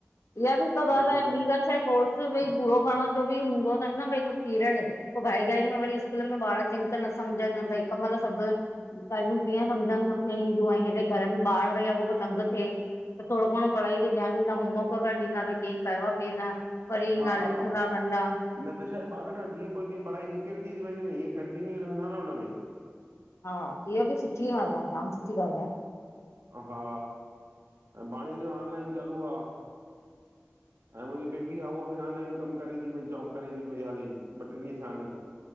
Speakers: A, on the left (about 85°); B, on the right (about 85°).
A: इहा बि हिक ॻाल्हि
B: ईअं थोरो
A: आहे ॿि
B: प
A: ॻाल्हि छाहे कोर्स भाई पूरो करण जो बि हूंदो तनि न भाई हिकु पीरियड। पो घाई घाई में वरी स्कूल में ॿार चंॻीतरा न समझनि भाई हिक महिल सब। ॻाल्हियूं कीअं सम्झ में न ईंदियूं हेॾे घर में ॿार वेही अॻो पो तंग थिए। त थोडो घणो पढ़ाई <unintelligible> होमवर्क वगैरह ॾींदा भई कें कयो आ कें न, पढ़ी
B: हा
A: ईंदा लिखंदा कंदा।
B: न त छा आहे, ॿारन जा जीअं पो जीअं पढ़ाई निकिरदी ती वञे हीअं कंटीन्यू रहंदा न हुनमें।
A: हा इहा बि सुठी ॻाल् आ, जाम सुठी ॻाल आ।
B: अऊं हा, ऐं भाणे जो ऑनलाइन चालू आ।
A: <inaudible>
B: ऐं मुंजी बेबी आ। उहा बि ऑनलाइन कम करे ती पई, जॉब करे ती पई, हाली ॿ ट्रे ॾींहं थिया आहिन।